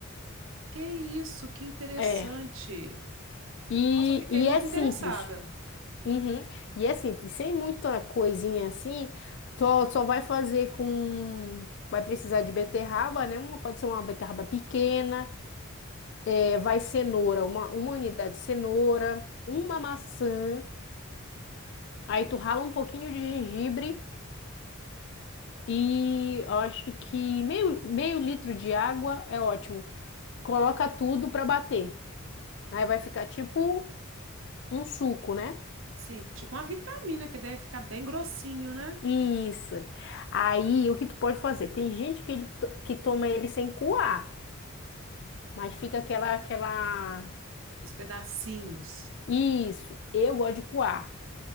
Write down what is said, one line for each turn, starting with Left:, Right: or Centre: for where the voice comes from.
Right: Que isso, que interessante.
Left: É. E,
Right: Nossa, eu fiquei
Left: e
Right: muito
Left: é simples.
Right: interessada.
Left: Uhum. E é simples, sem muita coisinha assim, só, só vai fazer com. Vai precisar de beterraba, né? Uma, pode ser uma beterraba pequena, é, vai cenoura, uma, uma unidade de cenoura, uma maçã, aí tu rala um pouquinho de gengibre e eu acho que meio, meio litro de água é ótimo. Coloca tudo pra bater. Aí vai ficar tipo um suco, né?
Right: Sim, tipo uma vitamina que deve ficar bem grossinho, né?
Left: Isso. Aí, o que tu pode fazer? Tem gente que, ele, to- que toma ele sem coar, mas fica aquela, aquela...
Right: Os pedacinhos.
Left: Isso, eu gosto de coar.